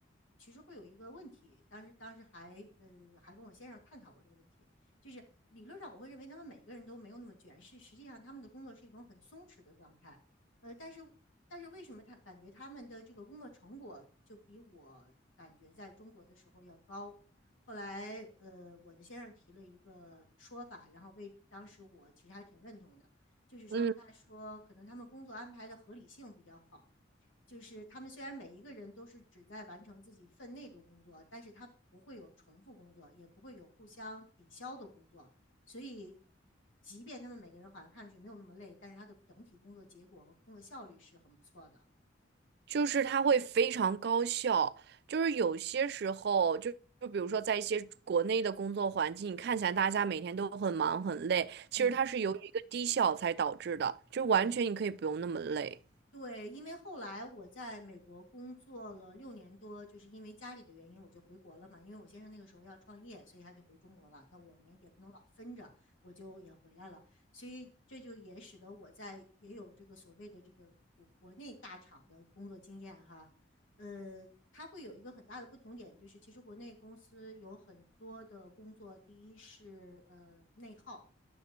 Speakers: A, on the left (about 85°); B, on the right (about 55°).
A: 其实会有一个问题，当时当时还，呃，还跟我先生探讨过这个问题，就是理论上我会认为他们每个人都没有那么卷，是实际上他们的工作是一种很松弛的状态。呃，但是但是为什么他感觉他们的这个工作成果就比我感觉在中国的时候要高？后来，呃，我的先生提了一个说法，然后为当时我其实还挺认同的，就是说，
B: 嗯。
A: 他说可能他们工作安排的合理性比较好，就是他们虽然每一个人都是只在完成自己分内的工作，但是他不会有重复工作，也不会有互相抵消的工作，所以，即便他们每个人好像看上去没有那么累，但是他的整体工作结果和工作效率是很不错的。
B: 就是它会非常高效，就是有些时候就。就比如说，在一些国内的工作环境，你看起来大家每天都很忙很累，其实它是由于一个低效才导致的，
A: 嗯。
B: 就完全你可以不用那么累。
A: 对，因为后来我在美国工作了六年多，就是因为家里的原因，我就回国了嘛。因为我先生那个时候要创业，所以他就回中国了。那我们也不能老分着，我就也回来了。所以这就也使得我在也有这个所谓的这个国国内大厂的工作经验哈。呃，它会有一个很大的不同点，就是其实国内公司有很多的工作，第一是呃内耗，